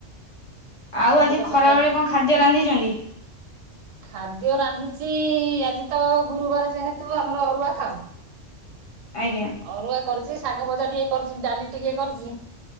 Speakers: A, on the right; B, on the left.
A: ଆପଣଙ୍କ
B: ଆଉ ଆଜି
A: ସହିତ
B: ଖରା
A: କଥା
B: ବେଳେ କଣ ଖାଦ୍ୟ ରାନ୍ଧିଛନ୍ତି?
A: ଖାଦ୍ୟ ରାନ୍ଧିଛି ଆଜି ତ ଗୁରୁବାର ଯେହେତୁ ଆମର ଅରୁଆ ଖାଉ।
B: ଆଜ୍ଞା।
A: ଅରୁଆ କରୁଛି ଶାଗ ଭଜା ଟିକେ କରୁଛି ଡାଲି ଟିକେ କରିଛି